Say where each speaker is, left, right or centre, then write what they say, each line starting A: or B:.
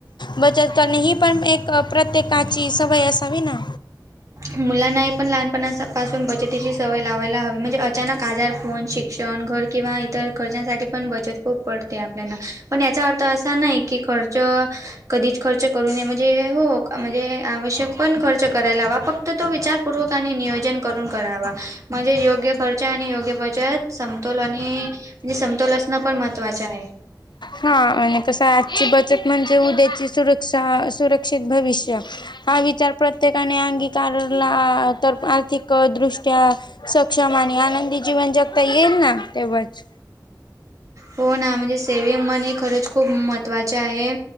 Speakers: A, on the left (about 85°); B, on the right (about 45°).
A: बचत करणे ही पण एक प्रत्येकाची सवय असावी ना.
B: मुलांना हे पण लहानपणापासून बचतीची सवय लावायला हवी म्हणजे अचानक आजारपन शिक्षण घर किंवा इतर खर्चांसाठी पण बचत खूप पडते आपल्याला, पण याचा अर्थ असा नाही की खर्च कधीच खर्च करू नये म्हणजे हो म्हणजे आवश्यक पण खर्च करायला हवा फक् त तो विचारपूर्वका आणि नियोजन करून करावा म्हणजे योग्य खर्च आणि योग्य बचत समतोल आणि म्हणजे समतोल असणं पण महत्वाचे आहे.
A: हा आणि कसं आजची बचत म्हणजे उद्याची सुरक्षा, सुरक्षित भविष्य. हा विचार प्रत्येकाने अंगीकारला तर आर्थिक दृष्ट्या सक्षम आणि आनंदी जीवन जगता येईल ना तेव्हाच.
B: हो ना म्हणजे सेविंग मनी खरंच खूप महत्त्वाचे आहे.